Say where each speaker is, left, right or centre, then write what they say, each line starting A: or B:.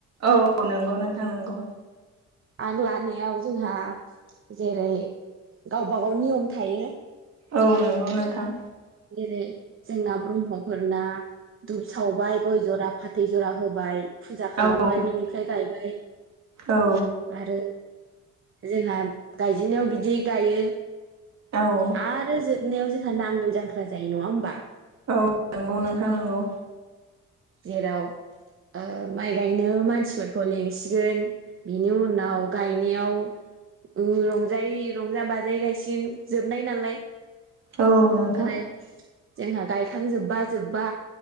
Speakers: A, on the right; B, on the right.
A: औ औ नोंगौ नोंथां नोंगौ
B: आग लानायाव जोंहा जेरै गावबागाव नियम थायो
A: औ नोंगौ नोंथां
B: जेरै जोंना ब्रह्मफोरना दुब सावबाय गय जरा फाथै जरा होबाय फुजा खालामबाय
A: औ
B: बिनिफ्राय गायबाय
A: औ
B: आरो जोंहा गायजेननायाव बिदियै गायो
A: औ
B: आरो जोबनायाव जों हा नांगोल जांख्र ख्रा जायो नङा होमबा
A: अ नोंगौ नोंथां नोंगौ
B: जेराव ओ माइ गायनो मानसिफोरखौ लिंसिगोन बिनि उनाव गायनायाव ओ रंजायै रंजा बाजायै गायसिगोन जोबनाय नालाय
A: औ नोंथां।
B: ओमफोराय जोंहा गायखांजोब्बा जोब्बा